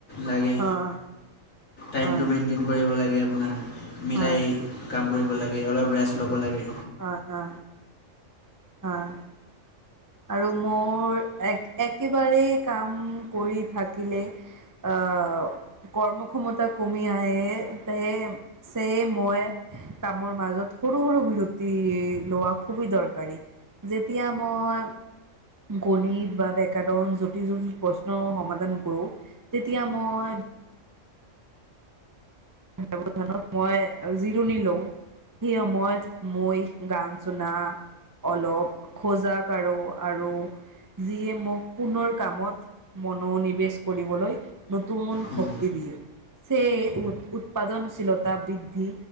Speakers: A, on the left (about 80°); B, on the right (about 25°).
A: লাগে।
B: অ',
A: টাইমটো
B: অ',
A: মেইনটেইন কৰিব লাগে আপোনাৰ মিলাই
B: অ',
A: কাম কৰিব লাগে, অলপ ৰেষ্ট ল'ব লাগে।
B: অ', অ'। অ'। আৰু মোৰ এক একেবাৰেই কাম কৰি থাকিলে আহ কৰ্মক্ষমতা কমি আহে, তে চে, মই কামৰ মাজত সৰু, সৰু বিৰতি লোৱা খুবেই দৰকাৰী। যেতিয়া মই গণিত বা ডেকাদন জটি জটিল প্ৰশ্ন সমাধান কৰোঁ তেতিয়া মই ব্যৱধানত মই জিৰণি লওঁ! সেই সময়ত মই গান শুনা অলপ খোজা কাৰু আৰু যিয়ে মোক পুনৰ কামত মনোনিৱেশ কৰিবলৈ নতুন
A: উম।
B: শক্তি দিয়ে। <unintelligible> উৎপাদনশীলতা বৃদ্ধি